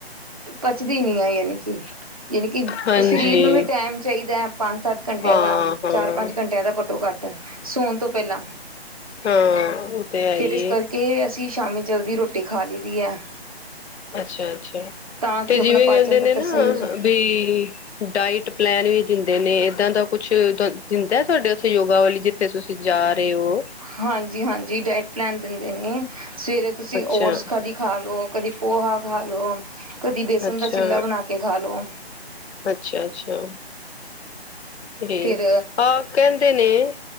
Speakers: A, on the right; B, on the left.
A: ਪਚਦੀ ਨੀ ਆ ਯਾਨੀ ਕਿ ਯਣੀ ਕਿ
B: ਹਾਂਜੀ
A: ਸਰੀਰ ਨੂੰ ਵੀ ਟਾਈਮ ਚਾਹੀਦਾ ਹੈ ਪੰਜ ਸੱਤ ਘੰਟਿਆਂ
B: ਹਾਂ
A: ਦਾ
B: ਹਾਂ
A: ਚਾਰ ਪੰਜ ਘੰਟਿਆਂ ਦਾ ਘੱਟੋ ਘੱਟ ਸੌਣ ਤੋਂ ਪਹਿਲਾਂ
B: ਹਾਂ ਉਹ ਤੇ ਹੈ
A: ਫੇਰ
B: ਹੀ
A: ਇਸ
B: ਏ
A: ਕਰਕੇ ਕਿ ਅਸੀਂ ਸ਼ਾਮੀ ਜਲਦੀ ਰੋਟੀ ਖਾ ਲਈ ਦੀ ਹੈ।
B: ਅੱਛਾ, ਅੱਛਾ
A: ਤਾਂ ਕਿ
B: ਤੇ ਜਿਵੇਂ
A: ਆਪਣਾ ਪਾਚਨ
B: ਕਹਿੰਦੇ
A: ਤੰਤਰ
B: ਨੇ ਨਾ
A: ਸਹੀ ਹੋ ਜਾਏ
B: ਵੀ- ਡਾਇਟ ਪਲੈਨ ਵੀ ਦਿੰਦੇ ਨੇ ਏਦਾਂ ਦਾ ਕੁਛ ਦਿੰਦਾ ਤੁਹਾਡੇ ਉੱਥੇ ਯੋਗਾ ਵਾਲੀ ਦੇ- ਜਿੱਥੇ ਤੁਸੀਂ ਜਾ ਰਹੇ ਹੋ
A: ਹਾਂਜੀ ਹਾਂਜੀ ਡੈਟ ਪਲੈਨ ਦਿੰਦੇ ਨੇ ਸਵੇਰੇ ਤੁਸੀਂ
B: ਅੱਛਾ
A: ਔਰਸ ਖਾੀ ਖਾ ਲੋ, ਕਦੀ ਪੋਹਾ ਖਾ ਲੋ, ਕਦੀ ਬੇਸਨ
B: ਅੱਛਾ
A: ਦਾ ਚਿੱਲਾ ਬਣਾ ਕੇ ਖਾ ਲੋੋ
B: ਅੱਛਾ, ਅੱਛਾ ਤੇ
A: ਫਿਰ
B: ਹਹ ਕਹਿੰਦੇ ਨੇ